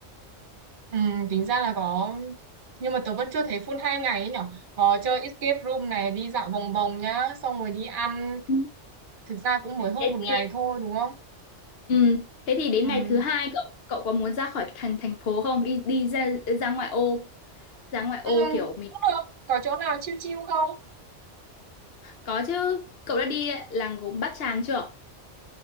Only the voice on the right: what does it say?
Ừ, tính ra là có nhưng mà tớ vẫn chưa thấy full hai ngày ấy nhở có chơi escape room này đi dạo vòng vòng nhá xong rồi đi ăn
thực ra cũng mới hơn
một
ngày thôi đúng không
ừ.
Ừ,
cũng được có chỗ nào chill chill không